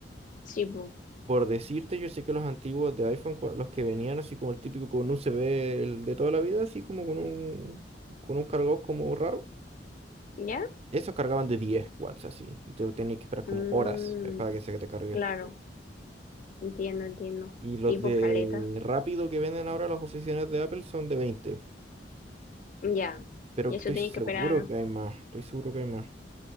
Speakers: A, on the left; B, on the right.
A: sí, pues,
B: Por decirte, yo sé que los antiguos de iPhone, cua- los que venían así como el típico con USB el de toda la vida, así como con un, con un cargador como raro,
A: ya.
B: esos cargaban de 10 watts así, y te tenías que esperar como
A: Mm,
B: horas eh, para que se te cargue.
A: claro, entiendo, entiendo.
B: Y los
A: Sí, pues,
B: de
A: caleta.
B: rápido que venden ahora las oficinas de Apple son de veinte
A: Ya.
B: Pero
A: Y
B: que
A: eso
B: estoy
A: tiene
B: seguro
A: que esperar.
B: que hay más. Estoy seguro que hay más.